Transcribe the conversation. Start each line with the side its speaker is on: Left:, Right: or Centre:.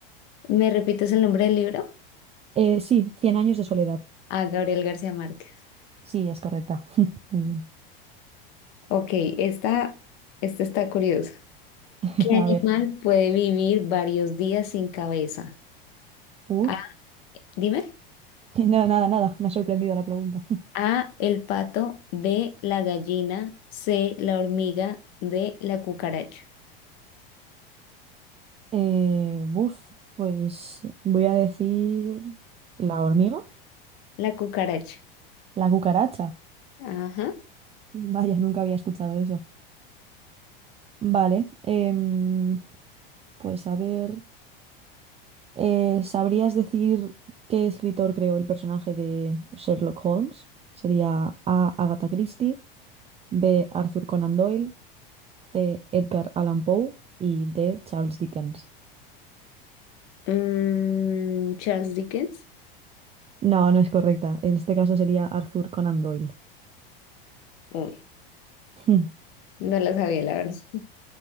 Left: ¿Me repites el nombre del libro?
Right: Eh, sí, Cien años de soledad.
Left: A Gabriel García Márquez.
Right: Sí, es correcta. <laughs> Muy bien.
Left: Ok, esta, esta está curiosa.
Right: <laughs>
Left: ¿Qué
Right: A
Left: animal
Right: ver.
Left: puede vivir varios días sin cabeza?
Right: Uh,
Left: A, dime.
Right: <laughs> nada, nada, nada. Me ha sorprendido la pregunta. <laughs>
Left: A, el pato, B, la gallina, C, la hormiga, D, la cucaracha.
Right: Eh, buf, pues voy a decir la hormiga,
Left: La cucaracha.
Right: la cucaracha.
Left: Ajá.
Right: Vaya, nunca había escuchado eso. Vale. em, pues a ver. eh, ¿sabrías decir qué escritor creó el personaje de Sherlock Holmes? Sería A. Agatha Christie, B. Arthur Conan Doyle, C. Edgar Allan Poe y D. Charles Dickens.
Left: Mm, Charles Dickens.
Right: No, no es correcta. En este caso sería Arthur Conan Doyle.
Left: Uy,
Right: <laughs>
Left: no la sabía, la verdad. <laughs>